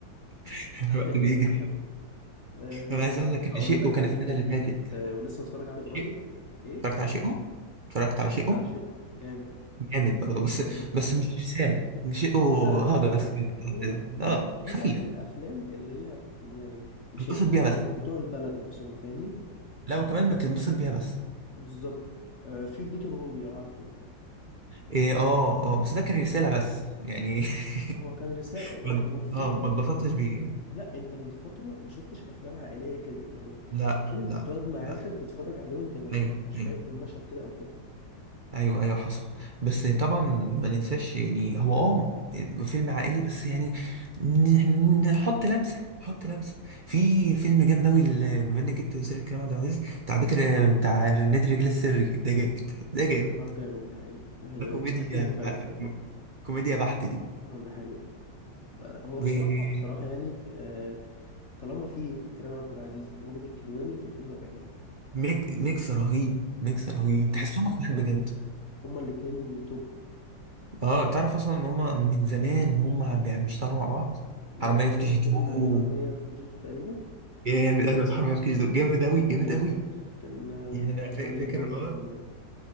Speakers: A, on the right; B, on the left.
A: <laughs>
B: <laughs>
A: الوقت
B: حقيقة
A: بيجري
B: أه
A: انا عايز
B: طب
A: اقول لك
B: هقول
A: ان شيء
B: لك
A: وكان السنة
B: فيلم
A: اللي
B: جديد
A: فاتت
B: أه ولسه متفرج عليه قريب
A: شيء
B: ايه
A: اتفرجت على شيء اتفرجت على
B: اتفرجت
A: شيء
B: على شيء جامد
A: جامد برضه بس
B: جامد اه
A: بس مش رسالة مش او
B: لا
A: هجس
B: لا، هو
A: كده.
B: هو دي
A: اه
B: دي
A: خفيف
B: بقى من الافلام اللي هي يعني مش
A: انبسط
B: هيفهمها
A: بيها بس
B: غير بتوع البلد نفسهم فاهمني
A: لا وكمان ما تنبسط بيها بس
B: بالظبط أه في بيت الروبي لو عارفه
A: إيه اه اه بس ده كان رسالة بس يعني
B: هو كان رسالة
A: <laughs>
B: ولا-
A: ما-
B: والفيلم
A: اه ما اتبسطتش بيه يعني
B: لا انت من فترة ما شفتش افلام عائلية كده يعني
A: لا
B: الفيلم
A: لا
B: تقعد مع عيلتك
A: لا
B: تتفرج عليه وانت مرتاح
A: ايوه
B: مش
A: ايوه
B: خايف من مشهد كده او كده
A: ايوه ايوه حصل بس طبعا ما ننساش يعني هو اه فيلم عائلي بس يعني ن- نحط لمسه نحط لمسه في فيلم جامد اوي ال- بما انك جبت سيره كريم عبد العزيز بتاع بيتر بتاع نادي الرجال السري ده جامد ده جامد
B: اه جامد ده حقيقة ده حقيقة
A: ده كوميديا
B: وفكرته مختلفة
A: <laughs>
B: كمان
A: كوميديا بحت دي
B: اه ده حقيقة هو
A: و-
B: بصراحة بصراحة يعني آه، طالما في كريم عبد العزيز وماجد الكدواني فالفيلم هيبقى جامد
A: ميك ميكس رهيب ميكس رهيب
B: هما
A: تحسهم اخوات
B: بصراحة
A: بجد
B: يعني هما الاتنين توب
A: اه تعرف اصلا ان هم من زمان وهم بيشتغلوا مع بعض
B: من
A: حرامية
B: أيام
A: في كي جي
B: فيلم
A: 2
B: حرامية في كي جي تو تقريبا
A: جامد ايوه في حرامية في كيجي دول جامد اوي جامد
B: أيوة
A: اوي
B: فاكر كان آه،
A: يعني
B: هما
A: انا
B: كانوا
A: فا-
B: عاليين
A: فاكر
B: أوي في الفيلم
A: اه
B: ده